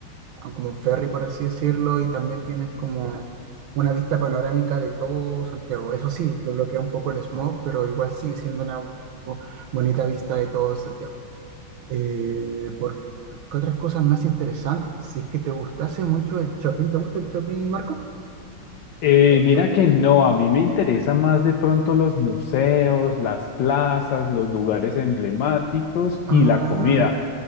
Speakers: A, on the right; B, on the left.
A: a como un ferry, por así decirlo, y también tienes como una vista panorámica de todo Santiago. Eso sí, lo bloquea un poco el smog, pero igual sigue siendo una bo- bonita vista de todo Santiago. Eh, por, ¿qué otras cosas más interesantes? Si es que te gustase mucho el shopping, ¿te gusta el shopping, Marco?
B: Eh,
A: ¿O no
B: mira que
A: mucho?
B: no, a mí me interesa más de pronto los museos, las plazas, los lugares emblemáticos
A: Ah,
B: y la comida.